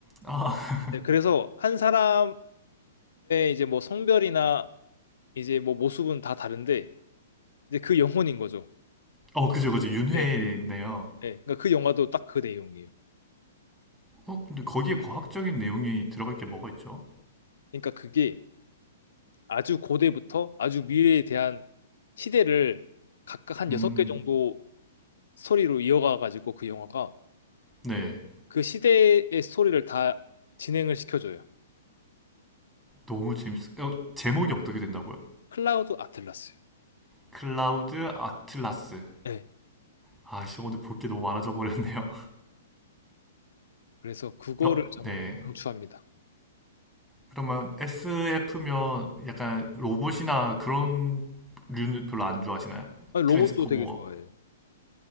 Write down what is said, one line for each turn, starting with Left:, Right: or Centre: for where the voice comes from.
Centre: 아,
Left: 네, 그래서 한 사람의 이제 뭐 성별이나 이제 뭐 모습은 다 다른데 이제 그 영혼인 거죠.
Centre: 어 그죠 그죠 윤회네요.
Left: 네. 네. 그러니까 그 영화도 딱 그 내용이에요.
Centre: 어 근데 거기에 과학적인 내용이 들어갈 게 뭐가 있죠?
Left: 그러니까 그게 아주 고대부터 아주 미래에 대한 시대를 각각 한
Centre: 음,
Left: 여섯 개 정도 스토리로 이어가 가지고 그 영화가
Centre: 네
Left: 그 시대의 스토리를 다 진행을 시켜줘요.
Centre: 너무 재밌. 어, 제목이 어떻게 된다고요?
Left: 클라우드 아틀라스.
Centre: 클라우드 아틀라스.
Left: 네.
Centre: 아씨 오늘 볼 게 너무 많아져 버렸네요.
Left: 그래서 그거를
Centre: <laughs> 어,
Left: 정말
Centre: 네
Left: 강추합니다.
Centre: 그러면 SF면 약간 로봇이나 그런 류는 별로 안 좋아하시나요?
Left: 아니, 로봇도
Centre: 트랜스포머.
Left: 되게 좋아해요.